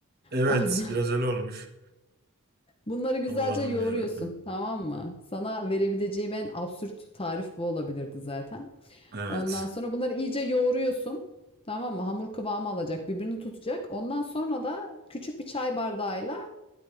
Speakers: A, on the right; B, on the left.
A: Evet,
B: Ondan
A: biraz öyle olmuş.
B: Bunları güzelce
A: Allah'ım
B: yoğuruyorsun,
A: ya Rabbim.
B: tamam mı? Sana verebileceğim en absürt tarif bu olabilirdi zaten.
A: Evet.
B: Ondan sonra bunları iyice yoğuruyorsun. Tamam mı? Hamur kıvamı alacak, birbirini tutacak. Ondan sonra da küçük bir çay bardağıyla